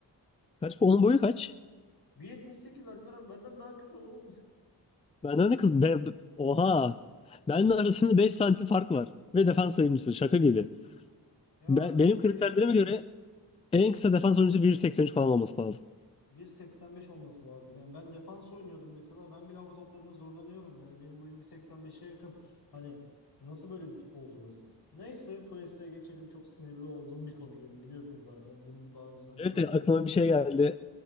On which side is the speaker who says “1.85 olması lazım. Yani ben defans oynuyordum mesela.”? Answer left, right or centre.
Left